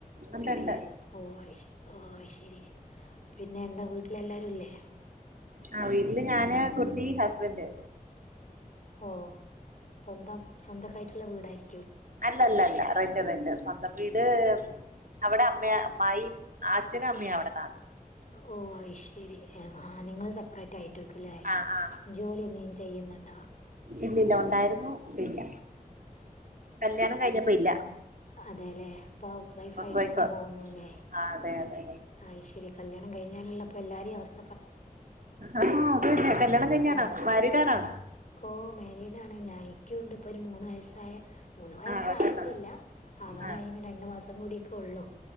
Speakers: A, on the right (about 65°); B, on the left (about 55°).
A: ഉണ്ട്
B: ണ്ടല്ലേ
A: ഉണ്ട്
B: ഓഹ് അയ്ശരി ഓ ശെരി പിന്നെ എന്താ വീട്ടിലെയല്ലാരുല്ലേ
A: ആ വീട്ടില് ഞാന് കുട്ടി ഹസ്ബന്റ്
B: ഓ സ്വന്തം സ്വന്തക്കായിട്ട്ള്ള വീടായിരി
A: അല്ല അല്ല അല്ല റെന്റ് റെന്റ് സ്വന്തം വീട് അവിടെ അമ്മേ അമ്മായി അച്ഛനും അമ്മേ അവിടെ താ
B: ഓ അയ്ശേരി ഏ ആ നിങ്ങള് സ പ്പറേറ്റായിട്ടേക്കുല്ലേ
A: ആ ആ
B: ജോലി എനേലും ചെയ്യുന്നുണ്ടോ
A: ഇല്ലല്ല ഒണ്ടായിരുന്നു ഇപ്പയില്ല കല്യാണം കഴിഞ്ഞപ്പയില്ല
B: അതേല്ലെ ഇപ്പൊ ഹൗസ് വൈഫായിട്ടങ്ങനെ
A: വൈഫ്
B: പോവുന്നുല്ലേ
A: ആ അതെ അതെ
B: അയിശരി ഈ കല്യാണം കഴിഞ്ഞാലുള്ളപ്പ എല്ലാരെ അവസ്
A: ആ ആ അതെയതെ
B: ഒന്നാ
A: കല്യാണം കഴിഞ്ഞാണോ
B: ഒന്ന്
A: മാരീഡാണോ?
B: ഓ മേരീഡാണ് ഞായി ക്കുണ്ട് ഇപ്പൊരു മൂന്ന് വയസ്സായ മൂന്ന് വയസ്സായിട്ടില്ല
A: ആ കൊച്ചുണ്ട്
B: അവനയിന്ന്
A: ആ
B: രണ്ട് മാ സം കൂടിറ്റൊള്ളൂ